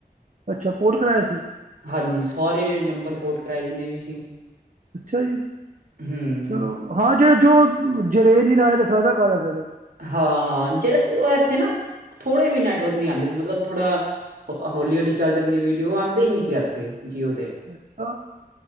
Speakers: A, on the right (about 50°); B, on the right (about 70°).
A: ਅੱਛਾ ਪੋਰਟ ਕਰਇਆ ਸੀ।
B: ਹਾਂਜੀ, ਸੋਰੀ ਨੰਬਰ ਫੋਟ ਕਰਵਾਏ, ਜਿੰਨੇ ਵੀ ਸੀਂ।
A: ਅੱਛਾ ਜੀ,
B: ਹੂੰ,
A: ਚਲੋ ਹਾਂ ਜੇ ਜੋ ਜਰੇ ਨ ਲਾਏ ਤਾਂ ਫਾਇਦਾ ਕਾਹਦਾ ਫੇਰ
B: ਹਾਂ-ਹਾਂ, ਜਿਹੜ ਇੱਥੇ ਨਾ ਥੋੜੇ ਵੀ ਨੈਟਵਰਕ ਨਹੀਂ ਆਉਂਦੇ ਸੀ, ਮਤਲਬ ਥੋੜ੍ਹਾ ਹੌਲੀ-ਹੌਲੀ, ਚੱਲ ਜਾਂਦੀ ਵੀਡੀਓ ਆਉਂਦੇ ਹੀ ਨਹੀਂ ਸੀ, ਇੱਥੇ ਜੀਓ ਤੇ
A: ਅੱਛਾ,